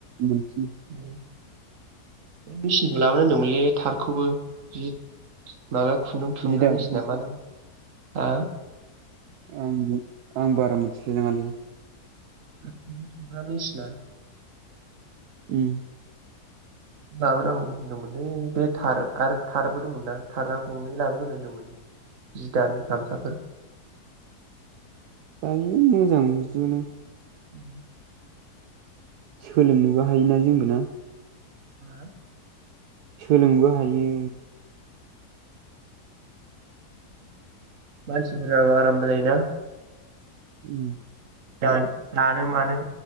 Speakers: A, on the right; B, on the right.
A: मोनफिनो
B: बे मेचिनखौ लाबोनो होनदोंमोनलै। बे थारखौबो जि माबा खुन्दुं थुनग्रा
A: जि दाग्राखौ
B: मेसिना मा नाम आ
A: आं आं बारा मोनथिलायलाङालै
B: खुन्दुं थुनग्रा मेसिनना
A: उम
B: लाबोनांगौ होनदोंमोनलै बे थार आरो थारबो दंमोन ना थारना गंनै लाबो ग्रोनो होनदोंमोन जि दानो गामसाफोर
A: <unintelligible>
B: <inaudible>
A: सोलोंनोबो हायोना जोंबो ना
B: हो
A: सोलोंनोबो हायो
B: मानसिफोरा आराम जायो ना?
A: उम
B: दा दानो मानो